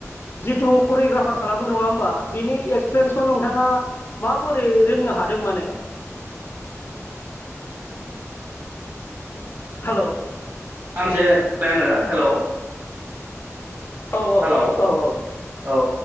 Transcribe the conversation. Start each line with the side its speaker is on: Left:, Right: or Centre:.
Left: जिथु करियग्राफार खालामो नङा होमबा बिनि एक्सपिरियेन्सखौ नोंथाङा माबोरै रोंनो हादों माने? हेलौ
Right: सामसे <unintelligible> आङो हेलौ
Left: औ औ
Right: हेलौ
Left: औ औ
Right: औ